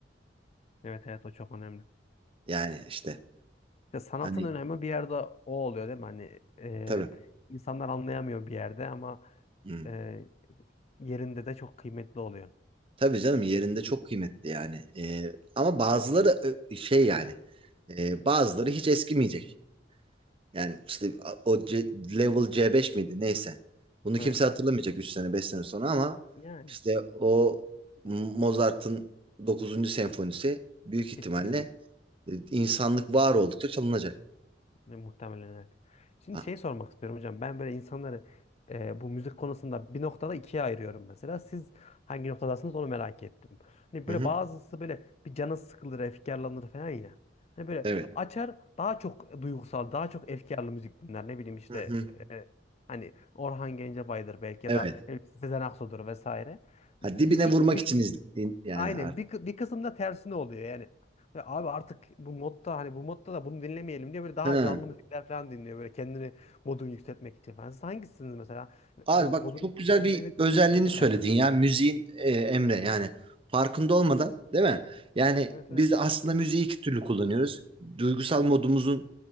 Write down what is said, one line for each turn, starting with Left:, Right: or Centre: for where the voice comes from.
Left: Evet evet o çok önemli.
Right: Yani işte
Left: İşte sanatın
Right: hani
Left: önemi bir yerde o oluyor değil mi? Hani e,
Right: tabii.
Left: insanlar anlayamıyor bir yerde ama
Right: Hmm.
Left: e, yerinde de çok kıymetli oluyor.
Right: Tabii canım yerinde çok kıymetli yani. E, ama bazıları e, şey yani e, bazıları hiç eskimeyecek. Yani işte o C- level C5 miydi neyse. Bunu
Left: Evet.
Right: kimse hatırlamayacak 3 sene 5 sene sonra ama
Left: Yani
Right: işte o Mozart'ın dokuzuncu senfonisi büyük ihtimalle
Left: bitmeyecek.
Right: e, insanlık var oldukça çalınacak.
Left: Ve Muhtemelen evet. Şimdi
Right: Ha.
Left: şey sormak istiyorum hocam. Ben böyle insanları e, bu müzik konusunda bir noktada ikiye ayırıyorum mesela. Siz hangi noktadasınız onu merak ettim. Hani
Right: Hı
Left: böyle
Right: hı.
Left: bazısı böyle bir canı sıkılır, efkarlanır falan ya. Hani böyle
Right: Evet.
Left: açar daha çok duygusal, daha çok efkarlı müzik dinler. Ne bileyim işte
Right: Hı hı.
Left: e, hani Orhan Gencebay'dır belki ya
Right: Evet.
Left: da ne bileyim Sezen Aksu'dur vesaire.
Right: Ha,
Left: Bir,
Right: dibine
Left: bir,
Right: vurmak
Left: bir
Right: için izledim yani
Left: Aynen
Right: artık.
Left: bir, kı- bir kısımda tersine oluyor yani. Ya abi artık bu modda hani bu modda da bunu dinlemeyelim diye böyle daha
Right: Ha.
Left: canlı müzikler falan dinliyor böyle kendini modunu yükseltmek için falan. Siz hangisiniz mesela?
Right: Abi
Left: Böyle
Right: bak
Left: modunu
Right: çok güzel
Left: ne,
Right: bir
Left: ne,
Right: özelliğini
Left: ne dinlersin?
Right: söyledin ya müziğin e, Emre yani farkında olmadan değil mi? Yani
Left: Evet
Right: biz
Left: evet.
Right: aslında müziği iki türlü kullanıyoruz. Duygusal modumuzun